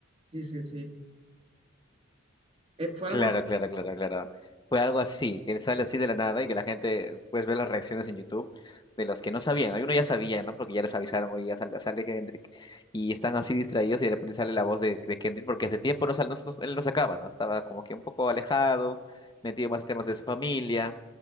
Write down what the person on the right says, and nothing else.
Sí, sí, sí. Eh, fue
algo así.